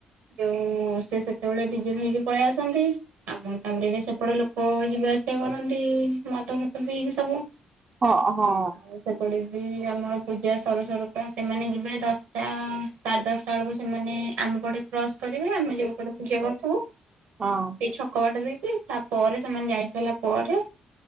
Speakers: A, on the right (about 70°); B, on the right (about 30°).
A: ଯୋଉ ସେ ସେତେବେଳେ ଡିଜେ ଧରିକି ପଳେଇ ଆସନ୍ତି। ଆମର ତାପରେ ଏ ସେପଟ ଲୋକ ଯିବା ଆସିବା କରନ୍ତି ମଦ ଫଦ ପିଇକି ସବୁ।
B: ହଁ ହଁ।
A: ଆଉ ସେପଟେ ବି ଆମର ପୂଜା ସରୁ ସରୁପା ସେମାନେ ଯିବେ ଦଶଟା ସାଢ଼େ ଦଶଟା ସଟା ବେଳକୁ ସେମାନେ ଆମ ବଡ଼ କ୍ରସ କରିବେ ଆମେ ଯୋଉପଟ ପୂଜା କରୁଥାଉ
B: ହଁ
A: ଏଇ ଛକ ବାଟ ଦେଇକି। ତା ପରେ ସେମାନେ ଯାଇ ସାରିଲା ପରେ।